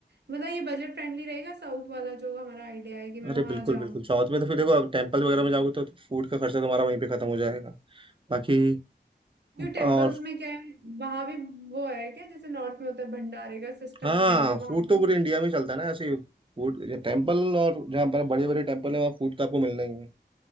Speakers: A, on the right; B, on the right.
A: मतलब ये बजट फ्रेंडली रहेगा साउथ वाला जो हमारा आइडिया है कि मैं
B: अरे
A: वहां
B: बिल्कुल
A: जाऊँ
B: बिल्कुल साउथ में तो फिर देखो टेम्पल वगैरह में जाओगे तो फूड का खर्चा तुम्हारा वहीं पे खत्म हो जाएगा बाकी
A: क्यों टेम्पल्स
B: और
A: में क्या है वहां भी वो है क्या जैसे नॉर्थ में होता है भंडारे का सिस्टम
B: हाँ
A: वगैरह तो वहां
B: फूड
A: भी
B: तो पूरे
A: है
B: इंडिया में चलता है ना ऐसे फूड टेम्पल और जहाँ पर बड़े बड़े टेम्पल है वहाँ फूड तो आपको मिलना ही है